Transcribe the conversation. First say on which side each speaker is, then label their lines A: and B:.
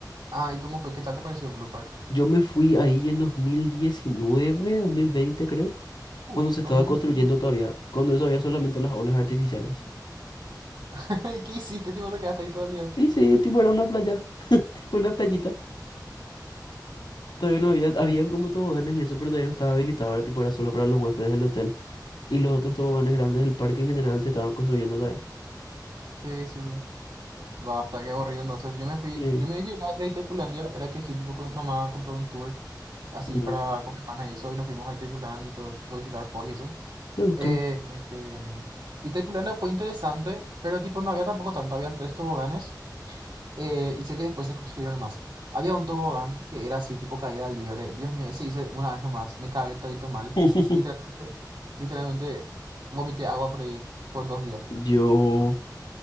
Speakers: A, on the right; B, on the left.
A: Ah, ¿y cómo fue? ¿Qué tal te pareció Blue Park?
B: Yo me fui ahí en dos dos mil diecinueve dos mil veinte creo,
A: Uh,
B: cuando se
A: 2000.
B: estaba construyendo todavía, cuando eso había solamente las olas artificiales.
A: <laughs> ¿Y qué hiciste, tipo? Te quedaste ahí todo el día.
B: Y sí, tipo era una playa, <laughs> tipo una playita. Todavía no había, habían como toboganes y eso, pero todavía no estaba habilitado, ahora tipo era solo para los huéspedes del hotel. Y los otros toboganes grandes del parque en general se estaban construyendo todavía.
A: Sí, sí, sí. Basta, qué aburrido. Entonces, yo me fui,
B: Sí.
A: yo me llegué a ir a Itaipulandia, era que sí, tipo, con, mamá compró un tour así
B: Mm.
A: para con mi hermana y eso, y nos fuimos a Itaipulandia y todo, tipo, visitar Foz y eso.
B: Me gustó.
A: Eh, este, Itaipulandia fue interesante, pero tipo, no había tampoco tanto, habían tres toboganes Eh, y sé que después se construyeron más. Había un tobogán que era así, tipo caída libre. Dios mío, ese hice una vez nomás. Me cagué todito mal.
B: <laughs>
A: Literalmente, literalmente vomité agua por ahí por dos días.
B: Yo,